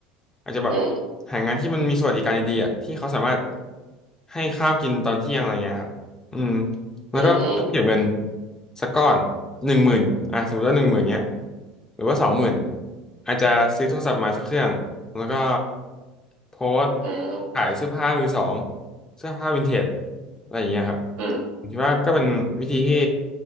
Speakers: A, on the left (about 20°); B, on the right (about 55°).
A: อาจจะแบบ
B: อืม
A: หางานที่มันมีสวัสดิการดีๆอ่ะที่เขาสามารถให้ข้าวกินตอนเที่ยงอะไรเงี้ยครับอืมแล้วก็เก็บเงิน
B: อืม
A: สักก้อนหนึ่งหมื่นอ่ะสมมติว่าหนึ่งหมื่นเนี้ยหรือว่าสองหมื่นอาจจะซื้อโทรศัพท์มาสักเครื่องแล้วก็โพสต์
B: อืม
A: ขายเสื้อผ้ามือสองเสื้อผ้าวินเทจ อะไรอย่างเงี้ยครับ
B: อืม
A: ผมคิดว่าก็เป็นวิธีที่